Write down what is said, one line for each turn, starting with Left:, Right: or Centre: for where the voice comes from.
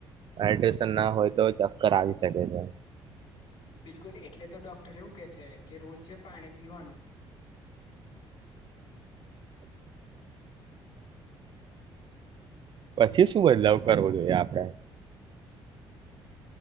Right: હાઈડ્રેશન ના હોય તો ચક્કર આવી શકે છે.
Left: બિલકુલ એટલે તો ડોક્ટર એવું કે છે કે રોજ છે પાણી પીવાનું.
Right: પછી શું બદલાવ કરવો જોઈએ આપણે?